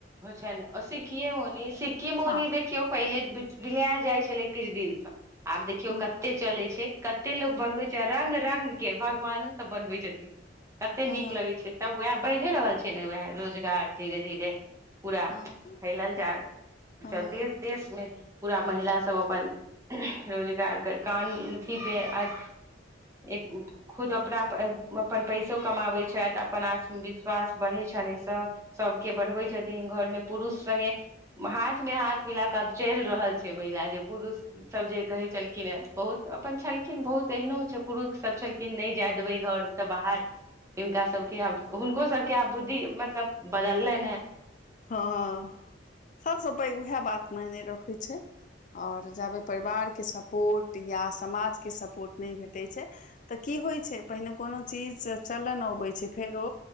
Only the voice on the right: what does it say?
ओ छै ने शिखि मौनि शिखी मौनी
देखियौ पहिले बिलयल जाइ छलै किछु दिनसँ आब देखियौ
क कते चले छै कते लोग
बनबे छै आ रंग रंग के भगवान बनबै छथिन कते
नीक
लगै छै सब वएह बढ़े रहल छै ने वएह रोजगार घ धीरे धीरे पूरा
फैलल जा
जदि देशमे पूरा महिला सब अपन रोजगारके कामी आज एक खुद अपना अपन पैसो कमाबैत छथि अपन आत्मविश्वास बढ़ैत छनि एहिसँ सभके बढ़बै छथिन घरमे पुरुष संगे हाथ मे हाथ मिला क आब चलि रहल छै महिला जे पुरुष सब जे कहे छलखिन हे बहुत अपन छलखिन बहुत एहनो छै पुरुष सब छलखिन नहि जाय देबे घर बाहर हिनका सबके हुनको सबके आब बुद्धि मतलब बदललनि हेँ